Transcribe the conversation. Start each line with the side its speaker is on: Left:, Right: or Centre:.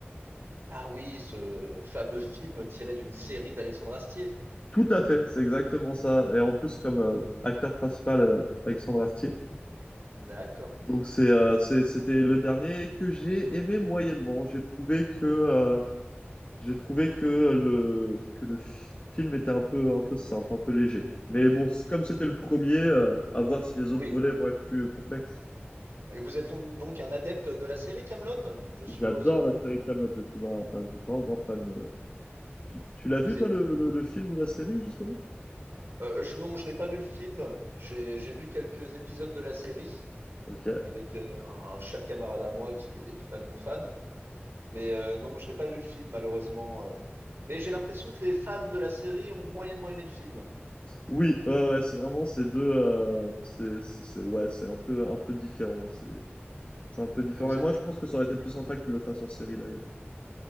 Right: Ah oui, ce fameux film tiré d'une série d'Alexandre Astier.
Left: Tout à fait, c'est exactement ça. Et en plus, comme euh, acteur principal, euh, Alexandre Astier.
Right: D'accord.
Left: Donc, c'est, euh, c'est- c'était le dernier que j'ai aimé moyennement. J'ai trouvé que euh, J'ai trouvé que le, que le film était un peu, un peu simple, un peu léger. Mais bon, c'est-
Right: Mm.
Left: comme c'était le premier, euh, à voir si les autres
Right: Oui.
Left: volets vont être plus complexes.
Right: Et vous êtes on- donc un adepte de la série Kaamelott, je suppose.
Left: J'adore la série Kaamelott, je suis un, un grand, grand fan. de- Tu, tu l'as vu,
Right: Vous
Left: toi,
Right: êtes...
Left: le, le, le film ou la série, justement?
Right: Euh, je, non, je n'ai pas vu le film. J'ai, j'ai vu quelques épisodes de la série.
Left: Ok.
Right: avec euh, un, un cher camarade à moi qui est totalement fan. Mais euh, non, je n'ai pas vu le film, malheureusement. euh. Mais j'ai l'impression que les fans de la série ont moyennement aimé le film.
Left: Oui, ouais, ouais, c'est vraiment ces deux. euh, c'est, c'est, c'est- ouais, c'est un peu, un peu différent. C'est, c'est un peu différent.
Right: Et vous
Left: Et moi,
Right: êtes
Left: je pense que ça aurait été plus sympa qu'ils le fassent en série, d'ailleurs.